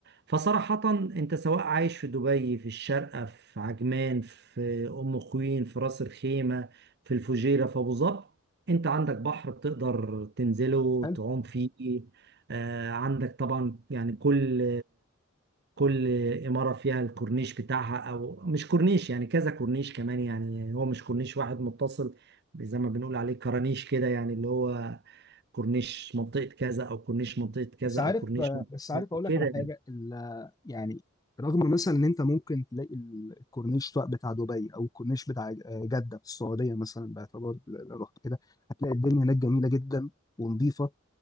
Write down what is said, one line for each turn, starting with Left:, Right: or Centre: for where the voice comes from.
Right: فصراحة أنت سواء عايش في دبي في الشارقة في عجمان في أم خوين في راس الخيمة في الفجيرة في أبو ظبي أنت عندك بحر بتقدر تنزله
Left: حلو
Right: تعوم فيه آه، عندك طبعا يعني كل كل إمارة فيها الكورنيش بتاعها أو مش كورنيش يعني كذا كورنيش كمان يعني هو مش كورنيش واحد متصل زي ما بنقول عليه كرانيش كده يعني اللي هو كورنيش منطقة كذا أو كورنيش منطقة كذا
Left: بس عارف
Right: أو كورنيش
Left: آه،
Right: منطقة
Left: بس عارف
Right: كذا
Left: اقول لك
Right: كده
Left: على حاجه
Right: يعني
Left: ال- آه، يعني رغم مثلا ان انت ممكن تلاقي ال- الكورنيش بقى بتاع دبي او الكورنيش بتاع ج- آه، جده في السعوديه مثلا باعتبار ل- لو رحت كده هتلاقي الدنيا هناك جميله جدا ونظيفه